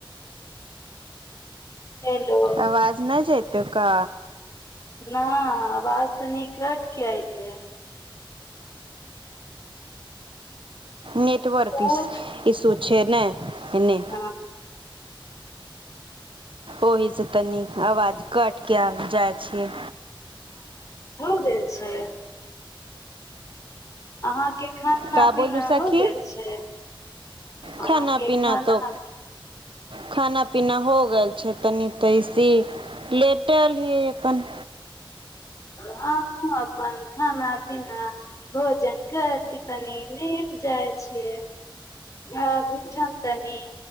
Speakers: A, on the left; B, on the right.
A: ए सखि
B: आवाज नहि जाइतौ का
A: न आवाज तनी कैट को ऐतै
B: नेटवर्क
A: तो
B: इसु इसु छैने बन्नी
A: हाँ,
B: ओहि स तनी आवाज घट किया जाइ छियै
A: ह जे छै <inaudible> अहाँके खाना
B: का
A: पीना
B: बोलू सखी
A: हो गेल छै अहाँके
B: खाना पीना
A: खाना
B: तो खाना पीना हो गेल छै तनी तैसी लेटयल हियै अपन
A: हमहुँ अपन खाना पीना भोजन कर के तनी लेट जाइ छियै आ उठन तनि